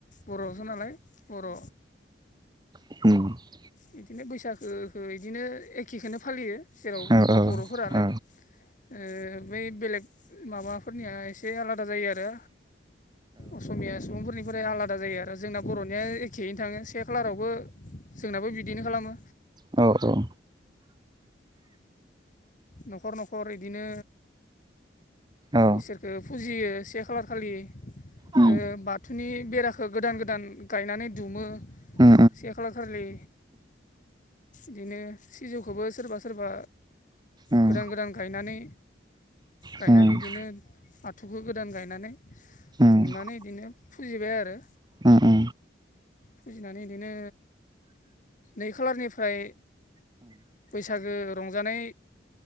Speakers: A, on the left; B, on the right.
A: बर'सो नालाय बर'
B: ह
A: बिदिनो बैसागोखौ बिदिनो एखेखौो फालियो जेरावबो
B: औ
A: बर'फोरालाय
B: औ औ
A: ओ बै बेलेग माबाफोरनिया एसे आलादा जायो आरो असमिया सुबुंफोरनिफ्राय आलादा जायो आरो जोंना बर'निया एखेयैनो थाङो से खालारावबो जोंनाबो बिदिनो खालामो
B: औ औ
A: न'खर न'खर इदिनो
B: औ
A: इसोर ओ फुजियो से खालार खालि
B: उम
A: ओ बाथौनि बेराखो गोदान गोदान गायनानै दुमो
B: उम
A: से खालार खालि बिदिनो सिजौखौबो सोरबा सोरबा
B: उम
A: गोदान
B: उम
A: गोदान गायनानै गायनानै
B: उम
A: इदिनो
B: उम
A: आथुखौ गोदान गायनानै
B: उम
A: दुमनानै बिदिनो फुजिबाय आरो
B: उम
A: फुजिनानै इदिनो नै खालारनिफ्राय बैसागो रंजानाय